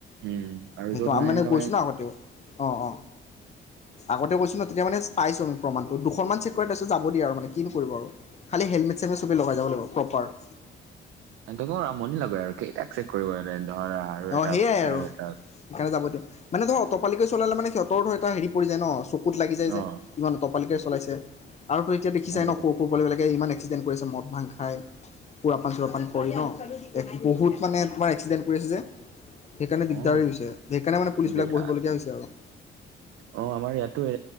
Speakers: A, on the right; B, on the left.
A: উম আৰু
B: সেইটো
A: য'ত
B: আ মানে
A: এনেকুৱা
B: গৈছো ন আগতেউ, অ অ। আগতে কৈছো ন তেতিয়া মানে পাইছোঁ আমি প্ৰমাণটো। দুখনমান চেক কৰে তাৰপিছত যাব দিয়ে আৰু মানে কিনু কৰিব আৰু। খালি হেলমেট চেলমেট চবে লগাই যাব লাগিব, প্ৰপাৰ <inaudible>
A: তম আমনি লাগে আৰু কেইটাক চেক কৰিব সিহ ধৰা আৰু এটা
B: অঁ সেয়াই
A: আৰু এটা
B: সেইকাৰণে যাব দিয়ক মানে ধৰ অতপালিকৈ চলালে মানে সহঁতৰ ধৰ এ হেৰি পৰি যায় ন চ কুত লাগি যায়
A: অ
B: যে ইমান অতপা পালিকে চলাইছে। আৰু তো এতিয়া দেখিছাই
A: তাকেতো
B: ন সৰু সৰু পোৱলিবিলাকে ইমান এক্সিডেণ্ট কৰিছে মদ ভাং খাই, সুৰাপান চোৰাপান কৰি ন, এক বহুত মানে তোমাৰ এক্সিডেণ্ট কৰি আছে যে। সেইকাৰণে দিগদাৰি
A: অ
B: হৈছে সেইকাৰণে মানে পুলিচ
A: বিৰাট।
B: বিলাক বহিবলগীয়া হৈছে আৰু।
A: অ আমাৰ ইয়াতো এ